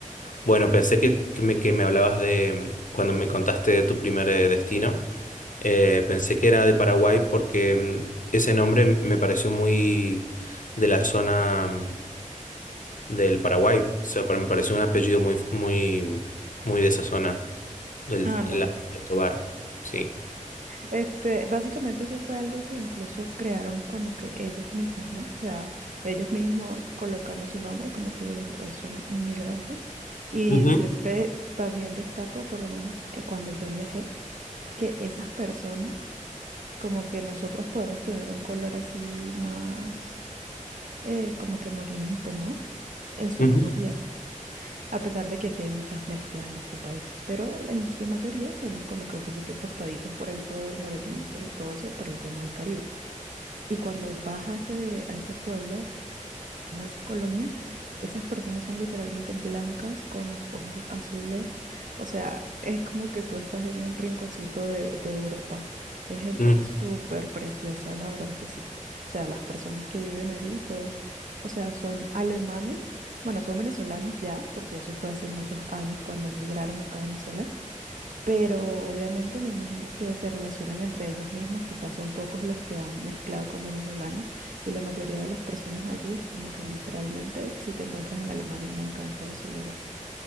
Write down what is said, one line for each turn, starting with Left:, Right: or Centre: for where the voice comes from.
Left: Bueno, pensé que, que me, que me hablabas de, mm, cuando me contaste de tu primer eh, destino, eh, pensé que era de Paraguay porque mm, ese nombre me pareció muy de la zona mm, del Paraguay. O sea, para me pareció un apellido muy, muy, muy de esa zona, del,
Right: Ah, no.
Left: la, del Tobar. Sí.
Right: Este, básicamente eso fue algo que incluso crearon como que ellos mismos, ¿no? O sea, ellos mismos colocaron su nombre, como te digo, eh, son inmigrantes. Y
Left: Ujú,
Right: siempre también destaco, por lo menos eh, cuando yo viajé, que esas personas, como que nosotros podemos tener un color así más eh, como que morenito, ¿no? En su
Left: ujú,
Right: mayoría. A pesar de que aquí hay muchas mezclas en este país, pero en su mayoría somos como que un poquito tostaditos por el sol, morenitos y todo eso por el tema del Caribe. Y cuando vas a ese, a ese pueblo, o a esa colonia, esas personas son literalmente blancas con los ojos azules. O sea, es como que tú estás en un rinconcito de, de Europa. Es gente
Left: ujú,
Right: súper preciosa, la verdad que sí. O sea, las personas que viven allí, todos, o sea, son alemanes. Bueno, son venezolanos ya, porque eso fue hace muchos años cuando migraron acá a Venezuela pero obviamente me imagino que se relacionan entre ellos mismos, quizás son pocos los que han mezclado con venezolanos y la mayoría de las personas allí es como que literalmente si te encuentras en Alemania, me encantó ese lugar.